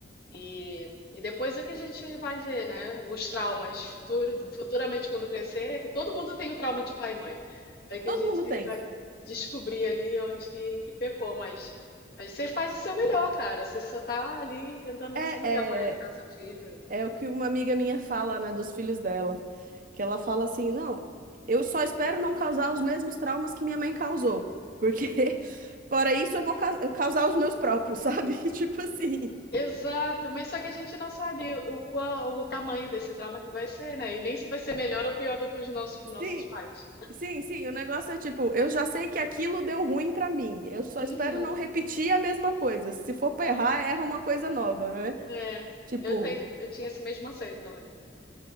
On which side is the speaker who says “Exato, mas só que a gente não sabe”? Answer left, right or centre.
Left